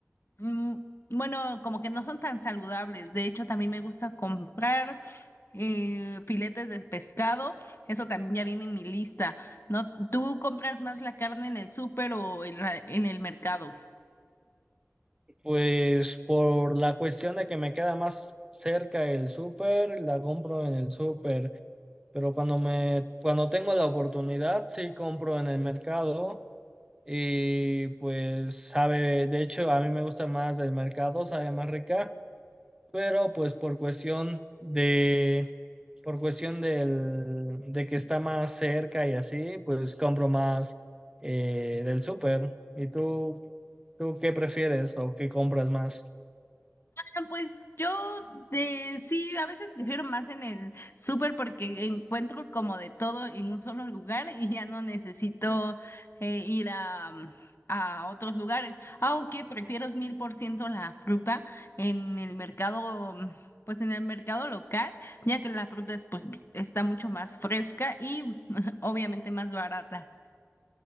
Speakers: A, on the left; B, on the right.
A: Mm, bueno, como que no son tan saludables. De hecho, también me gusta comprar eh, filetes de pescado. Eso también ya viene en mi lista. ¿No? ¿Tú compras más la carne en el súper o en la- en el mercado?
B: Pues por la cuestión de que me queda más cerca el súper, la compro en el súper, pero cuando me, cuando tengo la oportunidad, sí compro en el mercado y pues sabe, de hecho a mí me gusta más del mercado, sabe más rica, pero pues por cuestión de, por cuestión del, de que está más cerca y así, pues compro más eh, del súper. ¿Y tú, tú qué prefieres o qué compras más?
A: Ah, Pues yo de sí, a veces prefiero más en el súper porque encuentro como de todo en un solo lugar y ya no necesito eh, ir a, mm, a otros lugares. Aunque prefiero mil por ciento la fruta en el mercado, mm, pues en el mercado local, ya que la fruta es, pues, está mucho más fresca y <laughs> obviamente más barata.